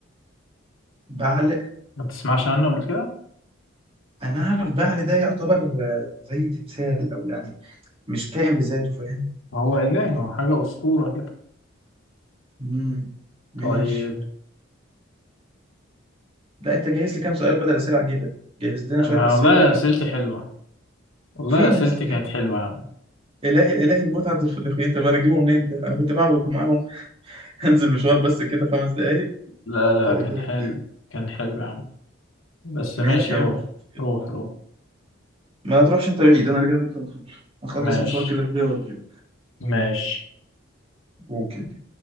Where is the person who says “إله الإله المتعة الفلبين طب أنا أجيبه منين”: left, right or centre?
Right